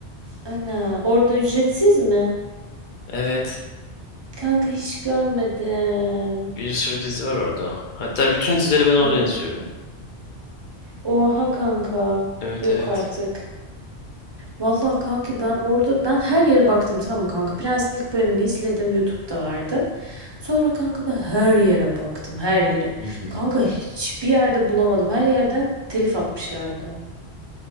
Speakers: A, on the right; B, on the left.
A: Ana, orada ücretsiz mi?
B: Evet.
A: Kanka hiç görmedim.
B: Bir sürü dizi var orada. Hatta bütün dizileri ben oradan
A: Hı
B: izliyorum.
A: hı. Oha kanka.
B: Evet
A: Yok
B: evet.
A: artık. Vallahi kanka ben orada ben her yere baktım tamam mı kanka? Prens'in ilk bölümünü izledim YouTube'da vardı. Sonra kanka ben her yere baktım, her yere.
B: Hı hı.
A: Kanka hiçbir yerde bulamadım. Her yerden telif atmışlardı.